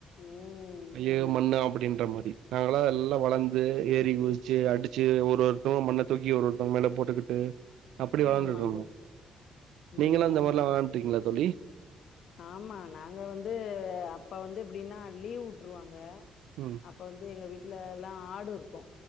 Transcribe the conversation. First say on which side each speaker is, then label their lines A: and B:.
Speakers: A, on the left (about 65°); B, on the right (about 80°).
A: ம்
B: ஐயயோ மண்ணா அப்படின்ற மாரி நாங்களா எல்லா வளந்து ஏறி குதிச்சு அடிச்சு ஒரு ஒருத்தங்க மண்ண தூக்கி ஒரு ஒருத்தவங்க மேல போட்டுக்கிட்டு அப்படி வளந்துட்டுருந்தோ
A: ஆமாந் தோழரே
B: நீங்களா
A: ம்
B: இந்த மாரிலா வெளாண்ட்ருக்கீங்களா தோழி
A: ஆமா நாங்க வந்து அப்ப வந்து எப்படின்னா லீவ் விட்டுருவாங்க
B: ம்
A: அப்ப வந்து எங்க வீட்டு்ல எல்லா ஆடு இருக்கு